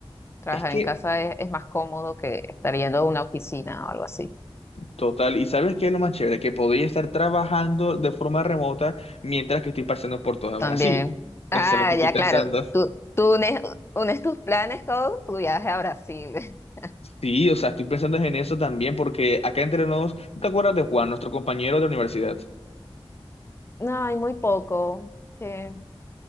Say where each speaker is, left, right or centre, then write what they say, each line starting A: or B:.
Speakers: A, on the left (about 25°); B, on the left (about 85°).
A: Trabajar
B: Es que,
A: en casa es, es más cómodo que estar yendo a una oficina o algo así.
B: total, ¿y sabes qué es lo más chévere? Que podría estar trabajando de forma remota mientras que estoy pasando por todo
A: También.
B: Brasil.
A: Ah,
B: Eso es lo que estoy
A: ya,
B: pensando.
A: claro. Tú, tú unes, unes tus planes con tu viaje a Brasil. <laughs>
B: Sí, o sea, estoy pensando en eso también porque acá entre nos, ¿tú ¿te acuerdas de Juan, nuestro compañero de universidad?
A: No, hay muy poco. ¿Qué?